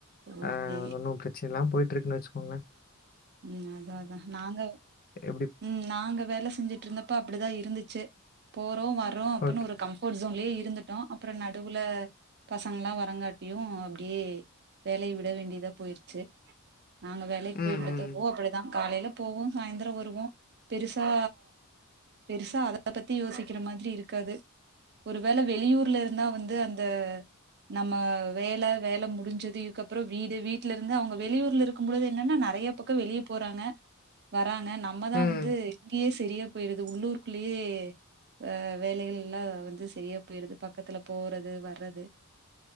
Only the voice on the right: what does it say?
ஓகே.
ம் அதா அதா நாங்க
ம் நாங்க வேல செஞ்சுட்டு இருந்தப்ப அப்டிதா இருந்துச்சு போறோ வர்ரோ அப்டின்னு
ஒரு கம் ஃபோர்ட்சோன்லயே இருந்துட்டோ அப்றோ நடுவுல பசங்கெல்லா வரங்காட்டியுஅப்டியே வேலைய விட வேண்டியதா போயிற்ச்சு நாங்க வேலைக்கு
போயின்றதப்ப
ஓ அப்டிதா காலையில போவோ சாந்திரோ வருவோ பெருசா பெருசா அத பத்தி யோசிக்கிற மாரி இருக்காது ஒருவேள வெளியூர்ல இருந்தா வந்து அந்த நம்ம வேல வேல முடிஞ்சது இதுக்கப்றோ வீடு வீட்ல இருந்து அவுங்க வெளியூர்ல இருக்கும்பொழுது என்னென்னா நெறைய பக்கோ வெளியே போறாங்க வராங்க நம்மதா
வந்து இங்கேயே செரியா போய்டுது உள்ளூருக்குள்ளயே வே வேலைகள் எல்லா வந்து சரியா போய்ருது பக்கத்துல போறது வர்றது